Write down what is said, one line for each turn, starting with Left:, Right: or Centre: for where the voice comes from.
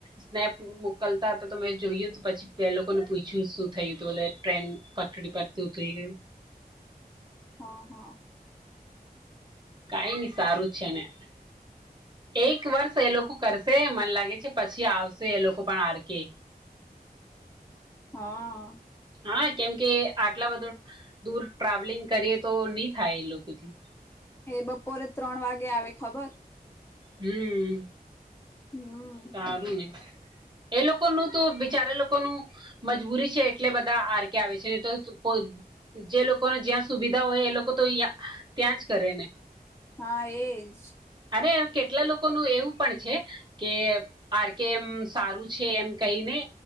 Right: સ્નેપ મોકલતા હતા તો તમે જોયું પછી બે લોકોને પૂછ્યું શું થયું હતું એટલે ટ્રેન પટડી પર તુટી ગયું.
Left: હા હા.
Right: કાઈ નઈ સારું છે ને. એક વર્ષ એ લોકો કરશે મને લાગે છે પછી આવશે એ લોકો પણ આર કે.
Left: હાઅઅ.
Right: હા કેમ કે આટલા બધો દૂર ટ્રાવેલિંગ કરીએ તો નહી થાય એ લોકોથી.
Left: એ બપોરે ત્રણ વાગે આવે ખબર.
Right: હમ્મ.
Left: હમ્મ.
Right: સારું ને એ લોકો નું તો બિચારે લોકોનું મજબૂરી છે એટલે બધા આર કે આવે છે ને તો ત કોઈ જે લોકોને જ્યાં સુવિધા હોય એ લોકો તો યા ત્યાં જ કરે ને.
Left: હા એજ.
Right: અરે એમ કેટલા લોકો નું એવું પણ છે કે આર કે એમ સારું છે એમ કહીને.